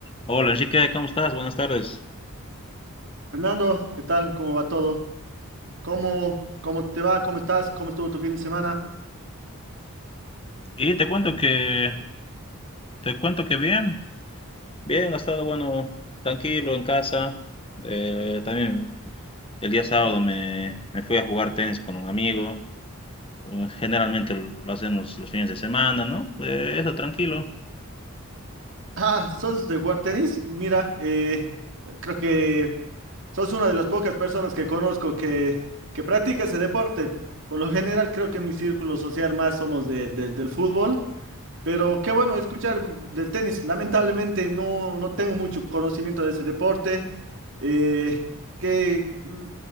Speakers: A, on the left; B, on the right.
A: Hola Enrique, ¿cómo estás? Buenas tardes.
B: Fernando, ¿qué tal? ¿Cómo va todo? ¿Cómo, cómo te va? ¿Cómo estás? ¿Cómo estuvo tu fin de semana?
A: Y te cuento que, te cuento que bien, bien, ha estado bueno, tranquilo en casa. Eh, también el día sábado me, me fui a jugar tenis con un amigo. Eh, Generalmente lo hacemos los fines de semana, ¿no? Eh, eso, tranquilo.
B: Ah, ¿sos de jugar tenis? Mira, eh, creo que sos una de las pocas personas que conozco que, que practica ese deporte. Por lo general, creo que en mi círculo social más somos de- de- del fútbol. Pero qué bueno escuchar del tenis. Lamentablemente no, no tengo mucho conocimiento de ese deporte. Eh, ¿qué- mm,